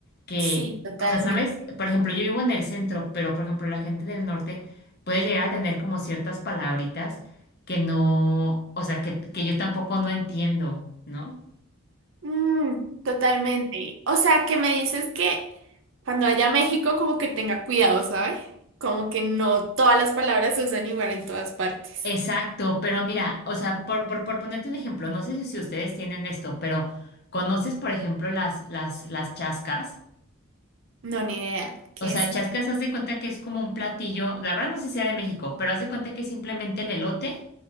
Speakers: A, on the left; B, on the right.
A: que,
B: Sí, totalmente.
A: o sea, ¿sabes? Por ejemplo, yo vivo en el centro, pero por ejemplo, la gente del norte puede llegar a tener como ciertas palabritas que no, o sea, que, que yo tampoco no entiendo, ¿no?
B: Mm, totalmente. O sea, que me dices que cuando vaya a México como que tenga cuidado, ¿sabes? Como que no todas las palabras se usan igual en todas partes.
A: Exacto, pero mira, o sea, por, por, por ponerte un ejemplo, no sé si, si ustedes tienen esto, pero ¿conoces, por ejemplo, las, las, las chascas?
B: No, ni idea. ¿Qué
A: O sea,
B: es?
A: chascas, haz de cuenta que es como un platillo, la verdad no sé si sea de México, pero haz de cuenta que es simplemente el elote